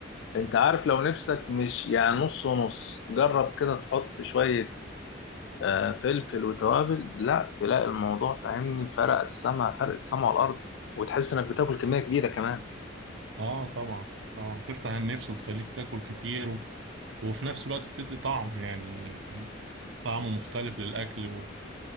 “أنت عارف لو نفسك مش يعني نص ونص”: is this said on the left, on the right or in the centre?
Left